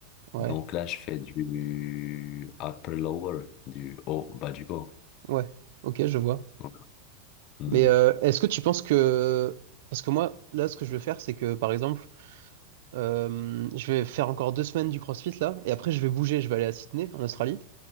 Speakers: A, on the right; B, on the left.
A: ouais,
B: Donc là, je fais du upper-lower, du haut, bas du corps.
A: ouais. Ok, je vois.
B: Donc, hmm,
A: Mais euh, est-ce que tu penses que... Parce que moi, là, ce que je veux faire, c'est que, par exemple, Euh, je vais faire encore deux semaines du CrossFit là, et après je vais bouger, je vais aller à Sydney, en Australie.